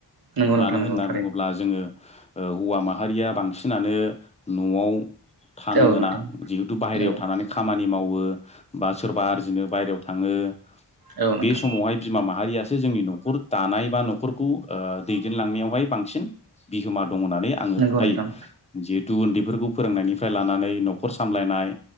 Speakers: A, on the right (about 55°); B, on the left (about 15°).
A: नंगौ
B: मानो
A: नोंथां नंगौ
B: होनना
A: थारैनो
B: बुङोब्ला जोङो हौवा माहारिया बांसिनानो न'आव थानो
A: औ
B: मोना
A: नोंथां
B: जिहेथु बाहेरायाव
A: नंगौ
B: थानानै खामानि मावो बा सोरबा आरजिनो बायहेरायाव थाङो
A: औ नोंथां
B: बे समावहाय बिमा माहारिया सो जोंनि न'खर दानाय बा न'खरखौ दैदेनलांनायावहाय बांसिन बिहोमा दं होननानै आङो
A: नंगौ
B: फोथायो
A: नोंथां
B: जिहुथे उन्दै फोरखौ फोरोंनायनि लानानै न'खर सा सामलायनाय